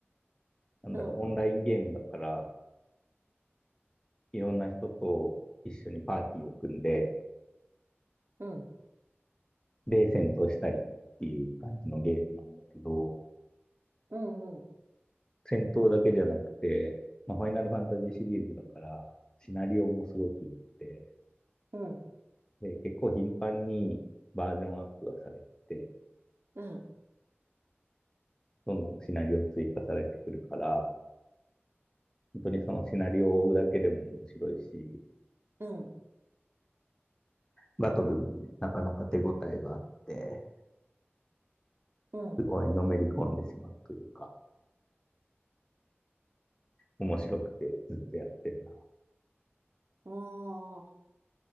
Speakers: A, on the left; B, on the right.
A: なんだろう、
B: う。うん、
A: オンラインゲームだから、いろんな人と一緒にパーティーを組んで、
B: うん、
A: で、戦闘したりっていう感じのゲームなんだけど、
B: うん、うん、
A: 戦闘だけじゃなくて、まあ、ファイナルファンタジーシリーズだから、シナリオもすごくって、
B: うん、
A: で、結構頻繁にバージョンアップがされてて、
B: うん、
A: どんどんシナリオ追加されてくるから、本当にそのシナリオを追うだけでも面白いし、
B: うん。
A: バトルもね、なかなか手応えがあって、
B: うん
A: すごいのめり込んでしまうというか、面白くてずっとやってるな。
B: おー、